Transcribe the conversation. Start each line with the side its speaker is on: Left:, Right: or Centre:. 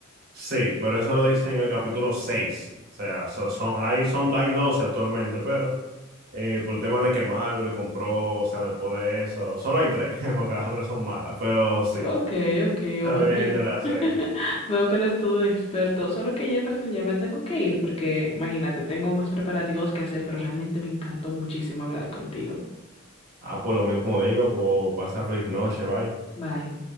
Right: Sí, pero eso lo dice en el capítulo seis, O sea, so- son, ahí son, hay 12 actualmente, pero eh, por el tema de que Marvel compró, o sea, después de eso, solo hay tres, <laughs> porque las otras son malas, pero sí.
Left: Ok, ok,
Right: También
Left: bueno.
Right: hay
Left: y-
Right: gente las
Left: <laughs>
Right: seis.
Left: Veo que eres todo un experto, solo que Jefferson ya me tengo que ir porque imagínate, tengo más preparativos que hacer, pero realmente me encantó muchísimo hablar contigo.
Right: Ah, por lo mismo digo, pues pasa feliz noche, bye.
Left: Bye.